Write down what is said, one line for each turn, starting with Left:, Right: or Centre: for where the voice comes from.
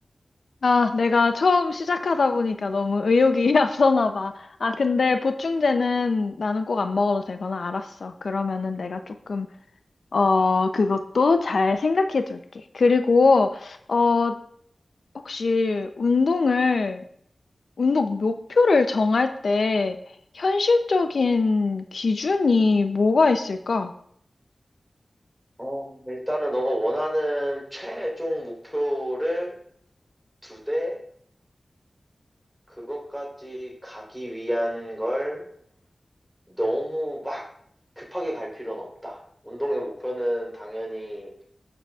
Left: 아, 내가 처음 시작하다 보니까 너무 의욕이 <laughs> 앞서나 봐. 아, 근데 보충제는 나는 꼭 안 먹어도 되거나 알았어. 그러면은 내가 조금 어, 그것도 잘 생각해 둘게. 그리고, 어, 혹시 운동을, 운동 목표를 정할 때 현실적인 기준이 뭐가 있을까?
Centre: 어, 일단은 너가 원하는 최종 목표를 두 대, 그것까지 가기 위한 걸 너무 막 급하게 갈 필요는 없다. 운동의 목표는 당연히